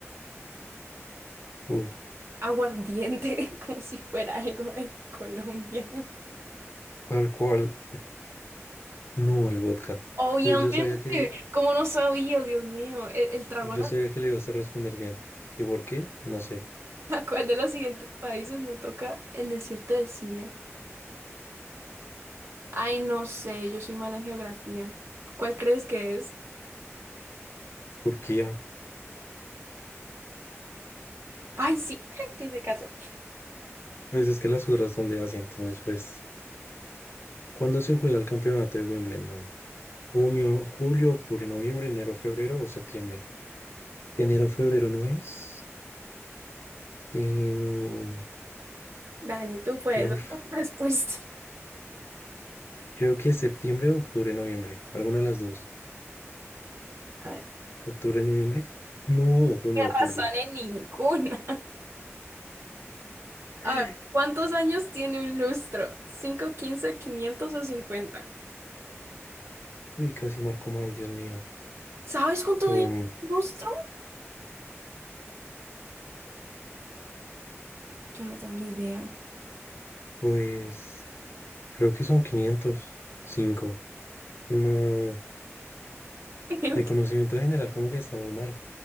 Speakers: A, on the left; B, on the right.
A: Uf,
B: Aguardiente, <laughs> como si fuera algo en Colombia.
A: tal cual. No, el vodka.
B: Obviamente,
A: Yo, yo sabía que
B: como no sabía, Dios mío, el, el trago
A: Yo
B: nacional,
A: sabía que le ibas a responder bien. ¿Y por qué? No sé.
B: <laughs> ¿a cuál de los siguientes países no toca el desierto de Siria? Ay, no sé, yo soy mala en geografía. ¿Cuál crees que es?
A: Turquía.
B: Ay, sí, <laughs> te hice caso.
A: Pues es que las otras son de Asia, entonces pues... ¿Cuándo se juega el campeonato de Wimbledon? ¿Junio, julio, octubre, noviembre, enero, febrero o septiembre? Enero, febrero no es. Em,
B: Dale, tú puedes.
A: uf,
B: <laughs> Respuesta.
A: creo que es septiembre, octubre, noviembre. Alguna de las dos.
B: A ver.
A: ¿Octubre, noviembre? No, junio,
B: ¿Qué razón
A: julio.
B: en ninguna?
A: <gasps>
B: A ver, ¿cuántos años tiene un lustro? 5, 15, 500 o 50.
A: Uy, casi marco mal, Dios mío.
B: ¿Sabes cuántos
A: Em,
B: años tiene un lustro? Yo no tengo ni idea.
A: pues creo que son quinientos Cinco. No.
B: <laughs> Creo
A: De conocimiento
B: que
A: general, como que estamos mal.